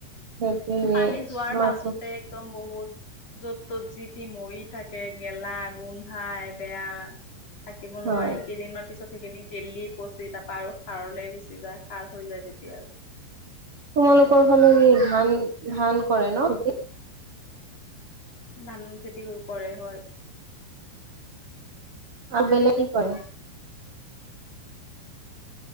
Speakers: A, on the right; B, on the left.
A: খেতি
B: পানী যোৱাৰ পাছতে
A: মাটি
B: একদম বহুত। য'ত ত'ত যিতি মৰি থাকে। গেলা গোন্ধাই বেয়া থাকিব
A: হয়
B: নোৱাৰি। কেইদিনমান পিছত সেইখিনি খেলি পচি তাৰপা আৰু সাৰলে গুচি যায়। সাৰ হৈ যায় তেতিয়া আৰু
A: তোমালোকৰ ফালৰ ই ধান ধান কৰে ন নি
B: ধান খেতি কৰে হয়।
A: আৰু বেলেগেই কৰে।